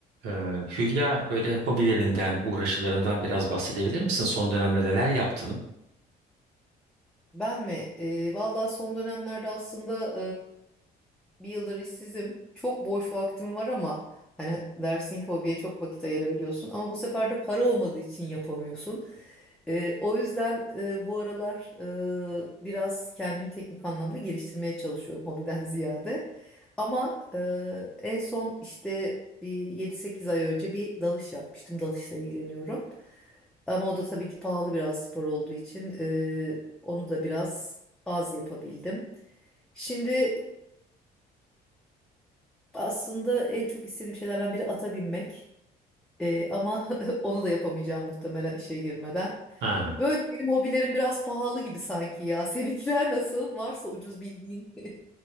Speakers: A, on the right; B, in the centre.
A: Ee, Hülya böyle hobilerinden, uğraşılarından biraz bahsedebilir misin? Son dönemde neler yaptın?
B: Ben mi? Ee, valla son dönemlerde aslında bir yıldır işsizim. Çok boş vaktim var ama hani dersin ki hobiye çok vakit ayırabiliyorsun ama bu sefer de para olmadığı için yapamıyorsun. Ee, o yüzden e, bu aralar e, biraz kendimi teknik anlamda geliştirmeye çalışıyorum hobiden <laughs> ziyade. Ama e, en son işte bir 7-8 ay önce bir dalış yapmıştım. Dalışla ilgileniyorum. Ama o da tabii ki pahalı biraz spor olduğu için e, onu da biraz az yapabildim. Şimdi aslında en çok istediğim şeylerden biri ata binmek. Ee, ama <laughs> onu da yapamayacağım muhtemelen işe girmeden.
A: Ha.
B: Böyle <laughs> benim hobilerim biraz pahalı gibi sanki ya. Seninkiler nasıl? Varsa ucuz bildiğin. <laughs>